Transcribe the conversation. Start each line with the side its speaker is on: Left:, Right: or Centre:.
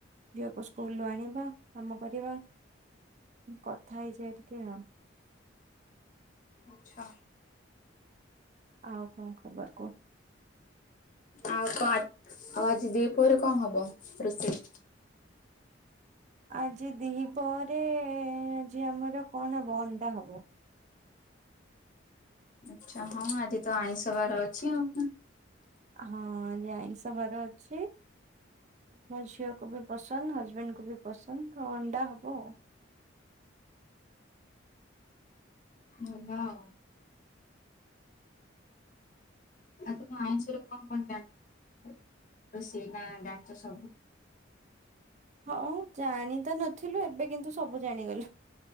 Right: ଝିଅକୁ ସ୍କୁଲରୁ ଆଣିବା, କାମ କରିବା କଥା। ଏମିତି ଆଉ
Left: ଆଚ୍ଛା।
Right: ଆଉ କଣ ଖବର କୁହ।
Left: ଆଉ କଣ ଆଉ ଆଜି ଦିପହରେ କଣ ହବ ରୋଷେଇ?
Right: ଆଜି ଦିପହରେ ଆଜି ଆମର କଣ ହବ? ଅଣ୍ଡା ହବ।
Left: ଆଛା ହଁ ଆଜି ତ ଆଇଁଷବାର ଅଛି ଆଉ ।
Right: ହଁ ଆଜି ଆଇଁସ ବାର ଅଛି, ମୋ ଝିଅକୁ ବି ପସନ୍ଦ। ଟନ୍ ହଜବେଣ୍ଡ କୁ ବି ପସନ୍ଦ ଅଣ୍ଡା ହବ। ଆ
Left: ହେଲାଉ। ତ ଆଇଁସ ରେ କଣ କଣ ଜାଣିଚ ସବୁ, ସେନା ଜାଣିଚ ସବୁ।
Right: ହଁ ଜାଣି ତ ନଥିଲୁ, ଏବେ କିନ୍ତୁ ସବୁ ଜାଣିଗଲୁ।